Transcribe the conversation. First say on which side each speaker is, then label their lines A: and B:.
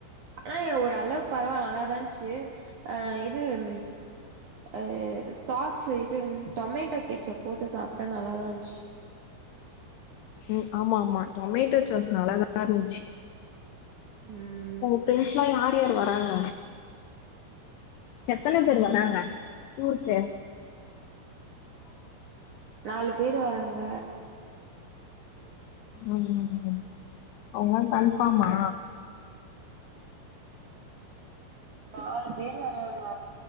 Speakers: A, on the right; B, on the left.
A: ஆனா ஒரு அளவுக்கு பரவால்ல நல்லாதான்ச்சு ஆ இதும் ஆ சாஸ்ஸு இது டொமேட்டோ கெச்சப் போட்டு சாப்ட்டா நல்லாதான்ச்சு
B: ம் ஆமா ஆமா டொமேட்டோ சாஸ் நல்லாதா இருந்துச்சு
A: ம்
B: ஃப்ரெண்ட்ஸ்லா யார் யார் வராங்க எத்தன பேருவரங்க ஊர்க்கு
A: நாலு பேர் வராங்க
B: உம் அவுங்கலா கன்பாம்மா
A: நாலு பேர் வருவாங்க